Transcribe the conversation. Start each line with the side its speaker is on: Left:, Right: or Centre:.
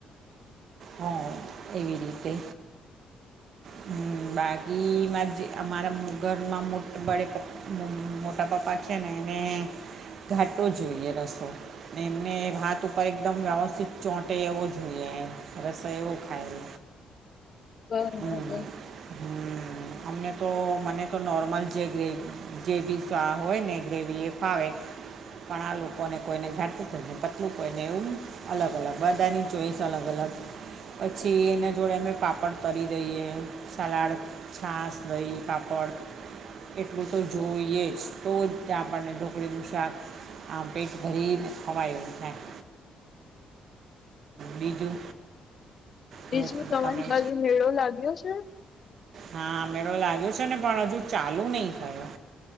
Right: હા એવી રીતે હમ, ઇ મારા જે મારા ઘરમાં મોટું પડે, મોટા પપ્પા છે ને એને ઘાટો જોઈએ રસો, ને એમને ભાત ઉપર એકદમ વ્યવસ્થિત ચોંટે એવો જોઈએ એમ, રસો એવો ખાય,
Left: <unintelligible>
Right: હમ હમ અમને તો મને તો નોર્મલ જે ગ્રેવી, જેવી હોય ને ગ્રેવી એ ફાવે, પણ આલોકોને કોઈને ઘાટું કોઈ ને પતલું કોઈ ને એવું, - અલગ અલગ બધાની ચોઈસ અલગ અલગ પછી એના જોડે અમે પાપડ, કરી દઈએ સલાડ છાસ દહી પાપડ, એટલું તો જોઈએ જ તો જ ત્યા આપણને ઢોકળીનું શાક, આપડે પેટ ભરીને ખવાય એવું થાય, બીજું
Left: બીજું
Right: હવે
Left: તમારી
Right: તમે
Left: બાજુ મેળો લાગ્યો છે?
Right: હા મેળો લાગ્યો છે ને પણ હજુ ચાલુ નઈ થયો.